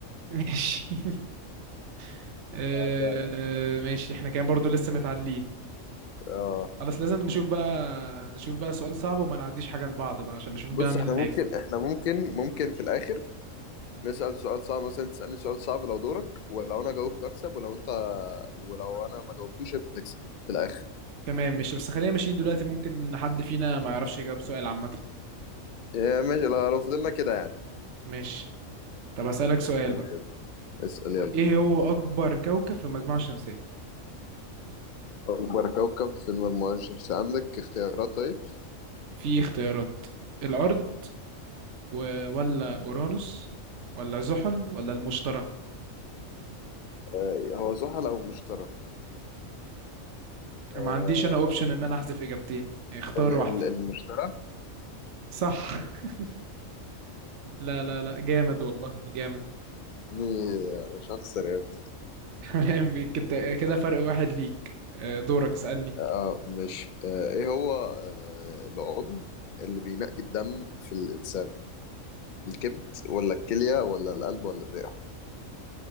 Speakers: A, on the right; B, on the left.
A: ماشي <laughs> آه،
B: هعديها لك
A: ماشي احنا كان برضو لسه متعادلين
B: اه
A: خلاص لازم نشوف بقى نشوف بقى سؤال صعب وما نعديش حاجة لبعض بقى عشان نشوف
B: بص
A: بقى مين
B: احنا
A: اللي
B: ممكن
A: هيكسب
B: احنا ممكن ممكن في الاخر نسأل سؤال صعب مثلا تسألني سؤال صعب لو دورك ولو انا جاوبت اكسب ولو انت ولو انا ما جاوبتوش انت تكسب في الاخر
A: تمام ماشي بس خلينا ماشيين دلوقتي ممكن حد فينا ما يعرفش يجاوب سؤال عامة
B: يا ماشي لو لو فضلنا كده يعني
A: ماشي طب أسألك سؤال
B: قول
A: بقى
B: يلا اسأل يلا
A: ايه هو أكبر كوكب في المجموعة الشمسية
B: اكبر كوكب في المجموعة الشمسية عندك اختيارات طيب
A: في اختيارات الأرض و- ولا أورانوس ولا زحل ولا المشتري
B: آه هو زحل او مشتري آه
A: ما عنديش انا اوبشن ان انا احذف اجابتين اختار
B: ال ال
A: واحدة
B: المشتري <laughs>
A: صح <laughs> لا لا لا جامد والله جامد
B: إيه، انا مش هخسر يا ابني.
A: <laughs> تمام كت- كده فرق واحد ليك آه، دورك اسألني
B: اه مش آه ايه هو آه العضو اللي بينقي الدم في الانسان الكبد ولا الكليه ولا القلب ولا الرئه